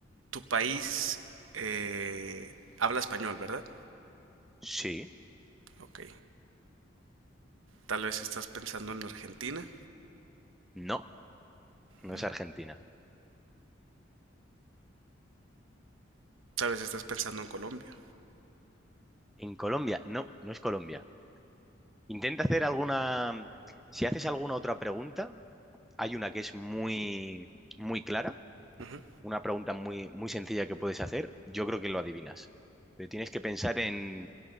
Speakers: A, on the right (about 85°); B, in the centre.
A: tu país eh, habla español, ¿verdad?
B: Sí.
A: Ok. Tal vez estás pensando en Argentina.
B: No, no
A: Mm,
B: es Argentina.
A: Tal vez estás pensando en Colombia.
B: En Colombia, no, no es Colombia. Intenta hacer alguna... Si haces alguna otra pregunta, Hay una que es muy, muy clara,
A: Ujú,
B: una pregunta muy, muy sencilla que puedes hacer. Yo creo que lo adivinas. Pero tienes que pensar en